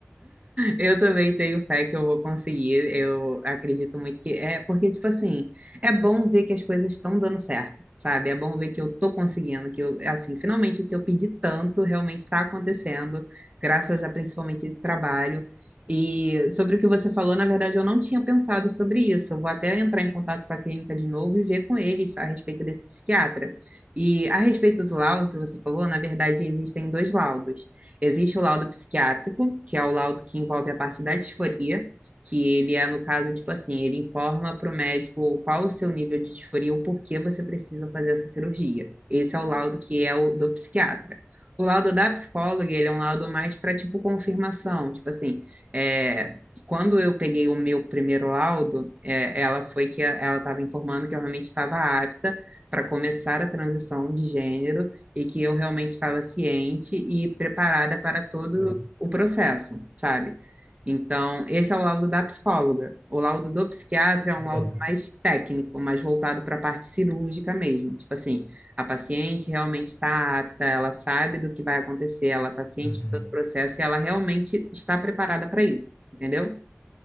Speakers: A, on the right; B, on the left.
A: Eu também tenho fé que eu vou conseguir. Eu acredito muito que é porque, tipo assim, é bom ver que as coisas estão dando certo, sabe? É bom ver que eu tô conseguindo, que eu, assim, finalmente o que eu pedi tanto realmente está acontecendo, graças a principalmente esse trabalho. E sobre o que você falou, na verdade, eu não tinha pensado sobre isso. Eu vou até entrar em contato com a clínica de novo e ver com eles a respeito desse psiquiatra. E a respeito do laudo que você falou, na verdade, existem dois laudos. Existe o laudo psiquiátrico, que é o laudo que envolve a parte da disforia, que ele é, no caso, tipo assim, ele informa para o médico qual o seu nível de disforia, o porquê você precisa fazer essa cirurgia. Esse é o laudo que é o do psiquiatra. O laudo da psicóloga, ele é um laudo mais para, tipo, confirmação. Tipo assim, é, quando eu peguei o meu primeiro laudo, é, ela foi que ela estava informando que eu realmente estava apta para começar a transição de gênero e que eu realmente estava ciente e preparada para todo
B: Uhum.
A: o processo, sabe? Então, esse é o laudo da psicóloga. O laudo do psiquiatra é um
B: Entendo.
A: laudo mais técnico, mais voltado para a parte cirúrgica mesmo. Tipo assim, a paciente realmente está apta, ela sabe do que vai acontecer, ela está ciente
B: Uhum.
A: de todo o processo e ela realmente está preparada para isso, entendeu?